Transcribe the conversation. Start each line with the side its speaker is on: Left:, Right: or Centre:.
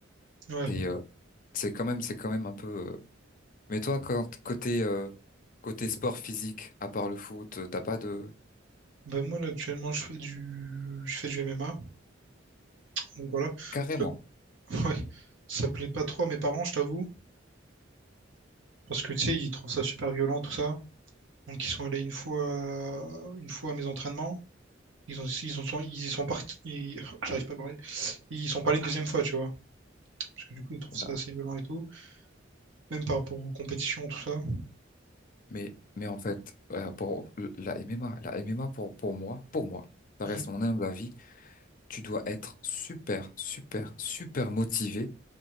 Right: Ouais.
Left: C'est euh, c'est quand même c'est quand même un peu. euh, Mais toi, quand, côté euh, côté sport physique, à part le foot, t'as pas de
Right: ben moi, là, actuellement, je fais du... je fais du MMA. Donc voilà.
Left: carrément.
Right: Je t'avoue- <laughs> Ouais. Ça plaît pas trop à mes parents, je t'avoue. Parce que, tu sais, ils trouvent ça super violent, tout ça. Donc, ils sont allés une fois, une fois à mes entraînements. Ils ont, ils ont, sont- ils y sont partis. ils- <laughs> J'arrive pas à parler. Ils sont pas allés une deuxième fois, tu vois. Parce que du coup, ils trouvent
Left: Oula.
Right: ça assez violent et tout. Même par rapport aux compétitions, tout ça.
Left: Mais, mais en fait, euh, pour la MMA, la MMA pour, pour moi, pour moi, ça
Right: Mm.
Left: reste mon humble avis, tu dois être super, super, super motivé